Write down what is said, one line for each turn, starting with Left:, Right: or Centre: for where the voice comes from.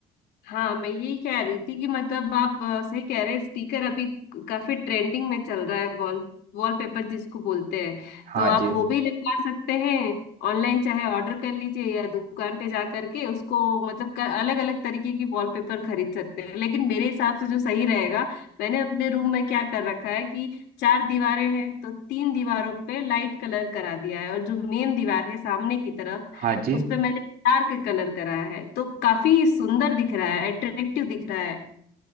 Left: हाँ मैं यही कह रही थी कि मतलब आप अ, सही कह रहे हैं स्पीकर अभी काफी ट्रेंडिंग में चल रहा है वॉल वॉलपेपर जिसको बोलते हैं
Right: हाँ
Left: तो आप
Right: जी
Left: वो भी लगवा सकते हैं ऑनलाइन चाहे ऑर्डर कर लीजिए या दुकान पे जा करके उसको मतलब अलग अलग तरीके की वॉलपेपर खरीद सकते हैं लेकिन मेरे हिसाब से जो सही रहेगा मैंने अपने रूम में क्या कर रखा है कि चार दीवारें हैं तो तीन दीवारों पे लाइट कलर करा दिया है और जो मेन दीवार है सामने की तरफ
Right: हाँ जी
Left: उस पे मैंने डार्क कलर करा है तो काफी सुंदर दिख रहा है अट्रैक्टिव दिख रहा है